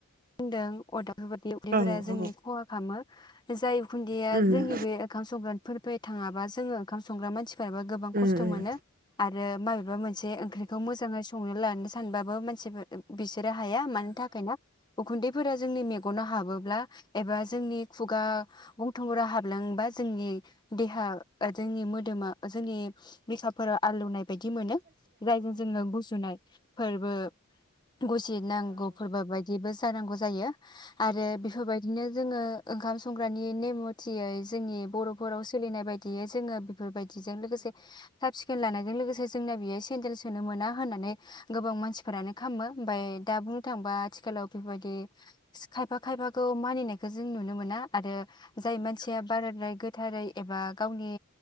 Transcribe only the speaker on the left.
दों अदाब बेफोरबायदि उखुन्दैफोरा
जोंनि
खहा खालामो जाय उखुन्दैया
जोंनि बे ओंखाम संग्रानिफोरफाय थाङाबा जों जोंङो‌ ओंखाम संग्रा मानसि याबो गोबां खस्थ'
मोनो आरो माबे बा मोनसे ओंख्रिखो मोजाङै संनो लानो सानबा सानबाबो मानसिफोर बिसोरो हाया मानि थाखाय ना उखुन्दैफोरा जोंनि मेगनाव हाबोब्ला एबा जोंनि खगा गन थंफोरा हाबलांबा जोंनि देहा जोंनि मोदोमा जोंनि बिफोराव आलौनाय बायदि मोनो जायजों जोङो गुजुनाय फोरबो गुसे नांगौ फोरबो बायदिबो जों जानांगौ जायो। आरो बेफोरबायदिनो जोङो ओंखाम संग्रानि नेम मथियै जोंनि बर'फोराव सोलिनाय बायदि बियो जोङो बेफोरबायदिजों लोगोसे <unintelligible> लानायजों लोगोसे जोंना बेयो सेन्देल सोनो मोना होन्नानै गोबां मानसिफोरानो खालामो ओमफ्राय दा बुं थांबा आथिखालाव बेफोरबायदि सि- खायफा खायफाखौ मानिनायखौ जों नुनो मोना आरो जाय मानसिया बाराद्राय गोद थारै एबा गावनि